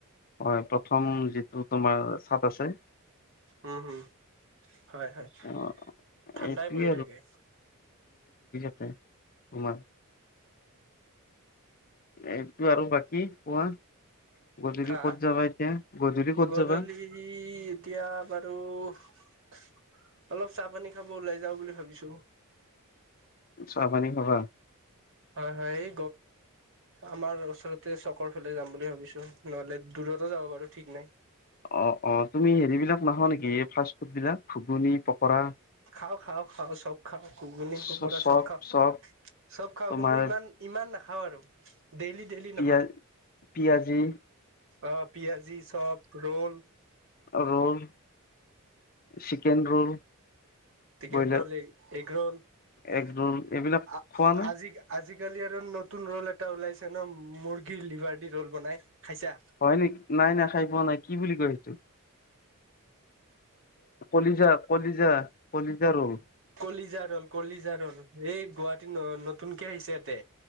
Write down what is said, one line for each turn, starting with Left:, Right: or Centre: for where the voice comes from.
Left: হয় প্ৰথম যিটো তোমাৰ চাত আছে।
Right: উম হম। হয়, হয়
Left: অ
Right: ঠাণ্ডাই
Left: এইটোৱে
Right: পৰি থাকে।
Left: ত তোমাৰ। এইটো আৰু বাকী কোৱা। গধূলি
Right: হা
Left: ক'ত যাবা এতিয়া গধূলি ক'ত
Right: গধূলি
Left: যাবা
Right: এতিয়াৰ। ত অলপ চাহ পানী খাব ওলাই যাওঁ বুলি ভাবিছো।
Left: চাহ, পানী খাবা।
Right: হয়, হয় এই আমাৰ ওচৰতে চকৰ ফালে যাম বুলি ভাবিছো নহলে দূৰতো যাব বাৰু ঠিক নাই।
Left: অ, অ তুমি হেৰিবিলাক নাখাৱা নেকি ফাষ্ট ফুড বিলাক ঘুগুনী, পকৰা।
Right: খাওঁ, খাওঁ, খাওঁ চব। খাওঁ ঘুগুনী, পকৰা
Left: চ চপ
Right: চব খাওঁ,
Left: চপ
Right: চব খাওঁ
Left: তোমাৰ
Right: কিন্তু ইমান, ইমান নাখা। খাওঁ আৰু। ডেইলি ডেইলি
Left: পিয়াজ,
Right: নহয়
Left: পিয়াজি।
Right: অ পিয়াজি, চপ, ৰোল।
Left: অ roll. Chicken roll.
Right: Chicken
Left: broiler
Right: roll, egg roll আ
Left: egg roll এইবিলাক
Right: আজি,
Left: খোৱা নে
Right: আজি। আজিকালি আৰু নতুন ৰল এটা ওলাইছে ন মুৰ্গীৰ লিভাৰ দি ৰল বনাই। খাইছা
Left: হয় নেক নাই, নাই খাই পোৱা নাই কি বুলি কৈ? কি। কলিজা কলিজা কলিজা ৰোল
Right: কলিজা ৰ'ল, কলিজা ৰ'ল এই গুৱাহাটীত ন নতুনকে আহিছে। তে